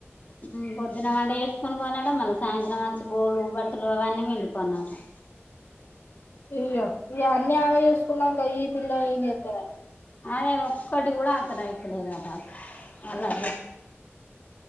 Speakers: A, on the left; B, on the left.
A: మ్మ్ పొద్దున్న వంటే వేసుకొని పొనడం, మళ్ళీ సాయంత్రం వచ్చి బోలు బట్టలు అవన్నీ పిండుకొనడం.
B: ఏయో ఇ అన్నీ ఆమె చేసుకున్నాంక ఈ పిల్ల ఏం చేత్తదని
A: అదే ఒక్కటి కూడా ఆరత లే తెలవద్ ఆ టాప్ మల్ల